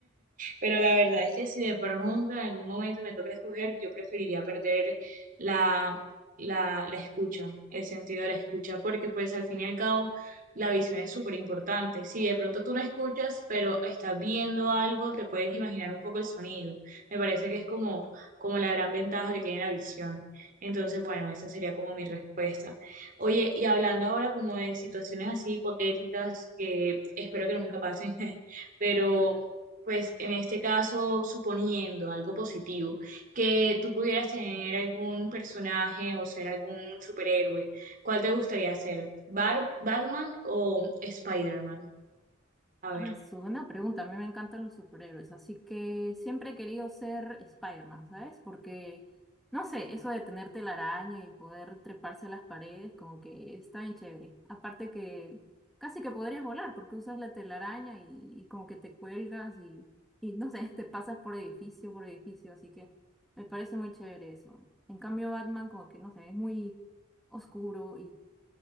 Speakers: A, on the right; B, in the centre.
A: Pero la verdad es que si de pronto en algún momento me toca escoger, yo preferiría perder la, la, la escucha, el sentido de la escucha, porque pues al fin y al cabo la visión es súper importante. Si de pronto tú no escuchas, pero estás viendo algo, te puedes imaginar un poco el sonido. Me parece que es como, como la gran ventaja que tiene la visión. Entonces, bueno, esa sería como mi respuesta. Oye, y hablando ahora como de situaciones así hipotéticas que espero que nunca pasen, <laughs> pero pues en este caso, suponiendo algo positivo, que tú pudieras tener algún personaje o ser algún superhéroe, ¿cuál te gustaría ser? ¿Bar- ¿Batman o Spider-Man? A
B: Ah,
A: ver,
B: es una pregunta. A mí me encantan los superhéroes, así que siempre he querido ser Spider-Man, ¿sabes? Porque, no sé, eso de tener telaraña y poder treparse a las paredes, como que está bien chévere. Aparte que casi que podrías volar porque usas la telaraña y, y como que te cuelgas y, y, no sé, <laughs> te pasas por edificio, por edificio, así que me parece muy chévere eso. En cambio, Batman como que, no sé, es muy oscuro